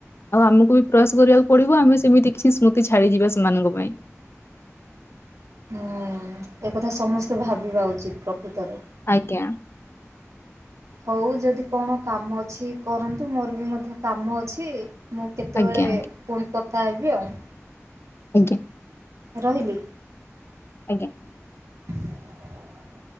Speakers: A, on the left; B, on the right.
A: ଆଉ ଆମକୁ ବି ପ୍ରୟାସ କରିବାକୁ ପଡିବ ଆମେ ସେମିତି କିଛି ସ୍ମୃତି ଛାଡିଯିବା ସେମାନଙ୍କ ପାଇଁ‌।
B: ହୁଁ-ଉଁ-ଉଁ-ଉଁ ଏକଥା ସମସ୍ତେ ଭାବିବା ଉଚିତ୍ ପ୍ରକୃତରେ।
A: ଆଜ୍ଞା।
B: ହଉ ଯଦି କଣ କାମ ଅଛି କରନ୍ତୁ ମୋର ବି ମଧ୍ୟ କାମ ଅଛି। ମୁଁ କେତେବେଳେ
A: ଆଜ୍ଞା ଆଜ୍ଞା
B: ପୁଣି କଥା ହେବି ଆଉ।
A: ଆଜ୍ଞା।
B: ରହିଲି।
A: ଆଜ୍ଞା।
B: <inaudible>